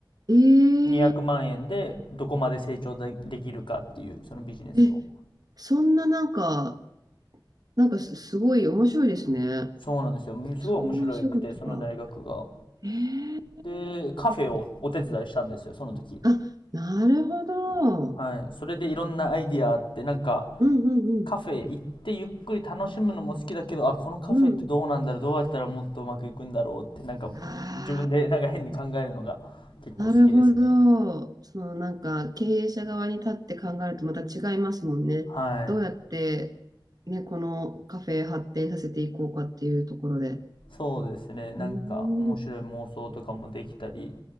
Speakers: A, on the right; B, on the left.
A: ー、え
B: 200万円でどこまで成長でできるかっていう、そのビジネスを。
A: ええ、そんななんか、なんかす、すごい面白いですね。
B: そうなんですよ。すごい面白くて、
A: そんなお仕事が。
B: その大学が。
A: ええ
B: で、カフェをお手伝いしたんですよ、その時。
A: あ、なるほど。
B: はい。それでいろんなアイディアあって、なんか、
A: うんうん
B: カフェ行ってゆっくり楽しむのも好きだけど、あ、このカフェってどうなんだろう、
A: うん。うん。
B: どうやったらもっとうまくいくんだろうって、なんか、
A: ああ。
B: 自分でなんか変に考えるのが結構好きですね。
A: なるほど。そのなんか経営者側に立って考えるとまた違いますもんね。
B: はい。
A: どうやって、ね、このカフェ発展させていこうかっていうところで。
B: そうですね。なんか面白い妄想とかもできたり、
A: うーん。